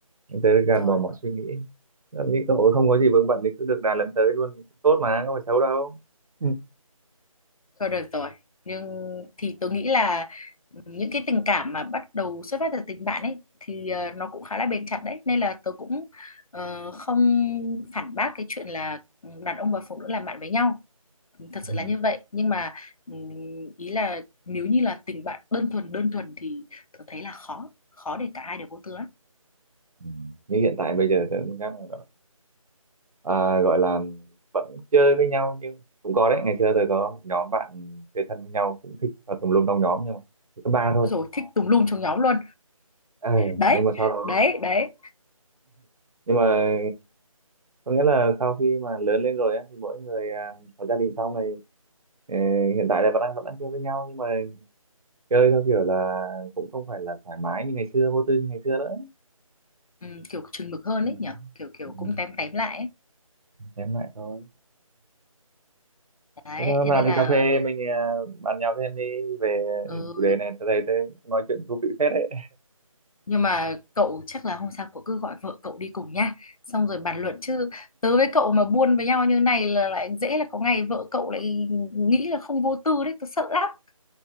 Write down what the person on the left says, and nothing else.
rồi
Thôi được rồi. Nhưng thì tôi nghĩ là những cái tình cảm mà bắt đầu xuất phát từ tình bạn ấy thì ờ, nó cũng khá là bền chặt đấy. Nên là tôi cũng ờ, không phản bác cái chuyện là ừ, đàn ông và phụ nữ làm bạn với nhau. Thật
sự là như vậy. Nhưng mà ừm, ý là nếu như là tình bạn đơn thuần đơn thuần thì tôi thấy là khó. Khó để cả hai đều vô tư lắm.
Rồi thích tùm lum trong nhóm luôn.
Đấy,
đấy, đấy.
Ừm, kiểu chừng mực hơn
ấy nhở. Kiểu kiểu
cũng tém tém lại ấy.
Đấy,
thế
nên
là
ừ,
nhưng mà cậu chắc là hôm sau cậu cứ gọi vợ cậu đi cùng nhá. Xong rồi bàn luận chứ tớ với cậu mà buôn với nhau như này là lại dễ là có ngày vợ cậu lại nghĩ là không vô tư đấy, tớ sợ lắm. <laughs>